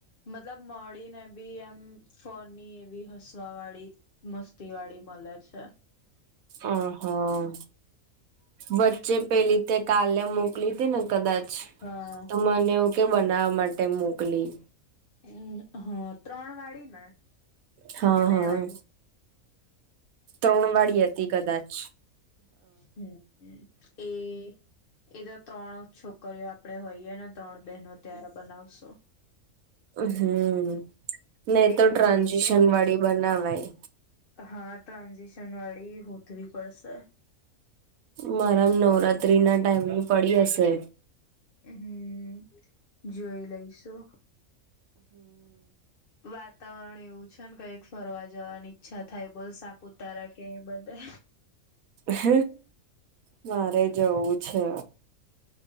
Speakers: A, on the left (about 45°); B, on the right (about 85°).
A: મતલબ મળડી ને બી એમ. ફની એવી હસવા વાળી મસ્તી વાળી મળે છે.
B: આ હા વચ્ચે
A: એટલે
B: પેલી તો. કાલે મોકલી હતી ને કદાચ
A: હા
B: તો મને એવું કે બનાવા માટે મોકલી.
A: હમ્મ હ ત્રણ વાળી ને.
B: હા
A: કે બે
B: હા.
A: વાળી
B: ત્રણ વાળી હતી કદાચ
A: હમ એ એ તો ત્રણ છોકરીઓ આપણેે હોઈએ ને ત્રણ બહેનો ત્યારે બનાવશો.
B: હમ નહી
A: પેલી
B: તો ટ્રાન્ઝિશન
A: મળશે ને
B: વાળી બનાવાય.
A: હા ટ્રાન્ઝેશન હોદવી પડશે.
B: માર મા નવરાત્રી ના ટાઈમ પડી હશે.
A: હમ્મ જોઈ લઈશું. વાતાવરણ એવું છે ને કંઈક ફરવા જવાની ઈચ્છા થાય બોલ સાપુતારા કે બધે
B: હ મારે જવું છે.